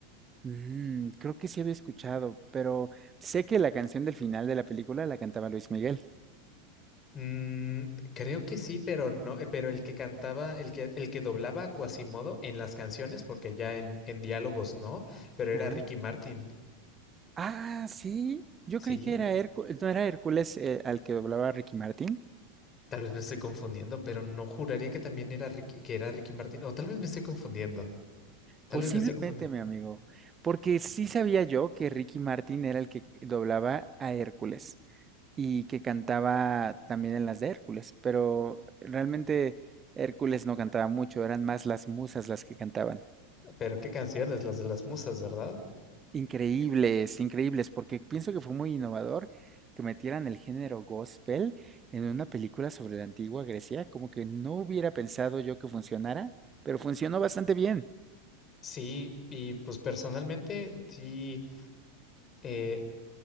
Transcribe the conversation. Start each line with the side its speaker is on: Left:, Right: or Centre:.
Right: Mm, creo que sí había escuchado, pero sé que la canción del final de la película la cantaba Luis Miguel.
Left: Mm, creo que sí, pero no, eh, pero el que cantaba, el que, el que doblaba a Quasimodo en las canciones, porque ya en, en diálogos no, pero era
Right: Ajá.
Left: Ricky Martin.
Right: Ah, sí. Yo
Left: Sí,
Right: creí que era Hércules, no era Hércules eh, al que doblaba Ricky Martin.
Left: tal vez me estoy confundiendo, pero no juraría que también era Ricky, que era Ricky Martin, o tal vez me estoy confundiendo, tal
Right: Posiblemente,
Left: vez me estoy confundiendo,
Right: mi amigo, porque sí sabía yo que Ricky Martin era el que doblaba a Hércules y que cantaba también en las de Hércules, pero realmente Hércules no cantaba mucho, eran más las musas las que cantaban.
Left: pero qué canciones, las de las musas, ¿verdad?
Right: Increíbles, increíbles, porque pienso que fue muy innovador que metieran el género gospel en una película sobre la antigua Grecia, como que no hubiera pensado yo que funcionara, pero funcionó bastante bien.
Left: Sí, y pues personalmente, sí, eh,